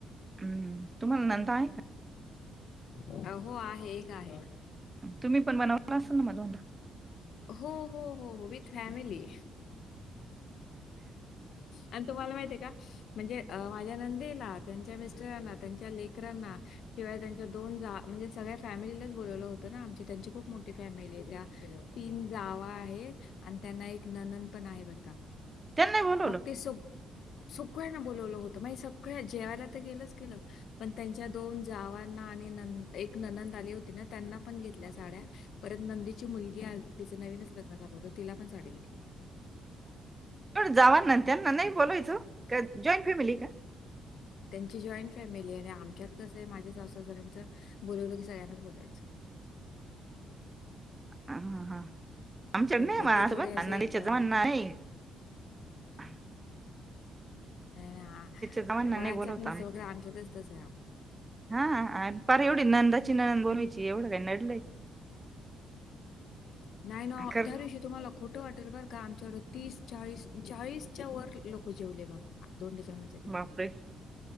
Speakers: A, on the right (about 20°); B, on the left (about 70°).
A: हम्म तुम्हाला नंदा हाय.
B: अं, हो आहे, एक आहे.
A: तुम्ही पण बनवला असल ना म धोंडा.
B: हो हो हो हो. विथ फॅमली आणि तुम्हाला माहितेय आहे का म्हणजे. अ माझ्या नंदेला त्यांच्या मिस्टरांना त्यांच्या लेकरांना शिवाय त्यांच्या दोन जा म्हणजे सगळ्या फॅमिलीलाच बोलवलं होत ना आमची त्यांची खूप मोठी फॅमिली आहे त्या तीन जावा आहेत आणि त्यांना एक नणंद पण आहे बर का.
A: त्यांना बोलवलं
B: मग ते सु सळ्यांना बोलावलं होत माही सगळ्या जेवायला तर केलंच केलं पण त्यांच्या दोन जावांना आणि नना एक ननंद आली होती ना त्यांना पण घेतल्या साड्या परत नंदीची मुलगी आली तिचं नवीनच लग्न झालं होतं तिला पण साडी घेतली.
A: जावाना त्यांना नाही बोलायचं ओ जॉईंट फॅमिली का.
B: त्यांची जॉईंट फॅमिली आणि आमच्यात कस माझ्या सासू सासऱ्यांचं बोलवलं की सगळ्यांनाच बोलायचं.
A: ह हां हां. <unintelligible>
B: ते. ते थोडे असे अ, नाय ना
A: जावांना
B: कोणाच्यात
A: नाही बोलवता
B: नस
A: आम्ही
B: वगैरे आमच्याच तसए ओ.
A: हा पर एवढी नंदाची ननंद बोलवायची एवढं काय नडलय.
B: <inaudible> नाही ना
A: खर
B: त्या दिवशी तुम्हाला खोटं वाटेल बरं का आमच्याकड तीस चाळीस चाळीस च्या वर लोक जेवले बघा धोंडे जेवणाच्या दिवशी.
A: बापरे हम्म.